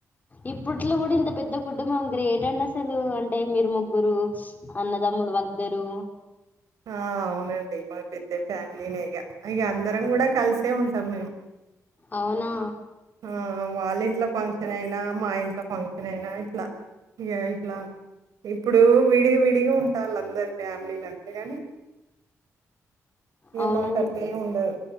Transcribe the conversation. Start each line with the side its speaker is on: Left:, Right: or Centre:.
Left: ఇప్పట్లో గుడా ఇంత పెద్ద కుటుంభం గ్రేట్ అండి అసలు అంటే మీరు ముగ్గురు అన్నదమ్ములు వళ్ళీద్దరు
Right: ఆ అవునండి మాది పెద్ద ఫ్యామిలీనే ఇగ ఇగ అందరం గూడా కలిసే ఉంటాం మేం
Left: ఔనా
Right: ఆ వాళ్ళింట్లో ఫంక్షన్ అయినా మా ఇంట్లో ఫంక్షన్ అయినా ఇట్లా ఇగ ఇట్లా ఇప్పుడు విడి విడిగా ఉంటాళ్ళు అందరూ ఫ్యామిలీలు అంతే గనీ
Left: అవునండి
Right: మాకట్లేం ఉండదు.